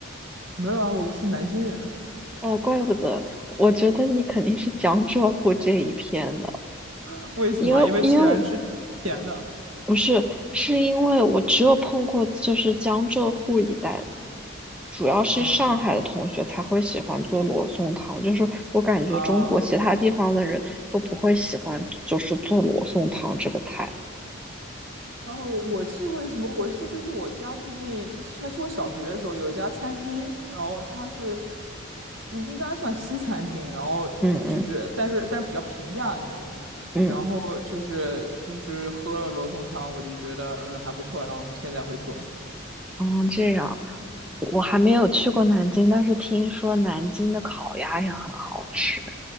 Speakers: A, on the right (about 70°); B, in the centre.
A: 没有啊，我是南京人，
B: 哦，怪不得，我觉得你肯定是江浙沪这一片的，
A: <laughs> 为什么？
B: 因为因为我
A: 因为喜欢吃甜的。
B: 不是，是因为我只有碰过就是江浙沪一带，主要是上海的同学才会喜欢做罗宋汤，
A: 嗯
B: 就是我感觉中国其他地方的人都不会喜欢，
A: 啊。
B: 就是做罗宋汤这个菜。
A: 哦，我是为什么？我是就是我家附近，还是我小学的时候有一家餐厅，然后它是应该算西餐厅，然后就是但是但是比较平价的那种，
B: 嗯嗯嗯。
A: 然后就是就是喝了罗宋汤，我就觉得嗯还不错，然后现在会做。
B: 哦，这样，我还没有去过南京，但是听说南京的烤鸭也很好吃。